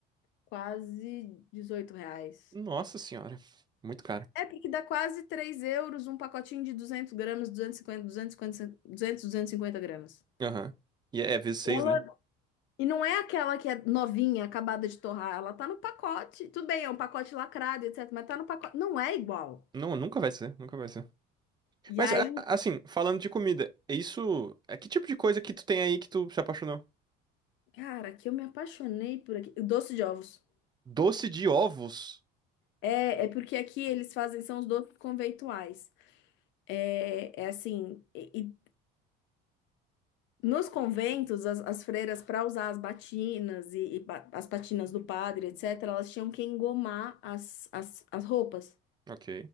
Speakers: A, on the left (about 65°); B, on the right (about 20°).
A: quase 18 reais.
B: Nossa senhora. Muito caro.
A: É porque dá quase 3 euros um pacotinho de 200 gramas, duzentos duzentos e e cinquenta, duzentos e cinquenta, duzentos, duzentos e cinquenta gramas.
B: Aham. E é v seis,
A: Ela
B: né?
A: E não é aquela que é novinha, acabada de torrar. Ela tá no pacote. Tudo bem, é um pacote lacrado, etc. Mas tá no pacote. Não é igual.
B: Não, nunca vai ser, nunca vai ser.
A: E
B: Mas,
A: aí,
B: a- assim, falando de comida, isso. É que tipo de coisa que tu tem aí que tu se apaixonou?
A: cara, que eu me apaixonei por aqui. Doce de ovos.
B: Doce de ovos.
A: É, é porque aqui eles fazem, são os doces conventuais. É, é assim. E, e nos conventos, as, as freiras, para usar as batinas e, e pa- as patinas do padre, etc., elas tinham que engomar as, as, as roupas.
B: Ok.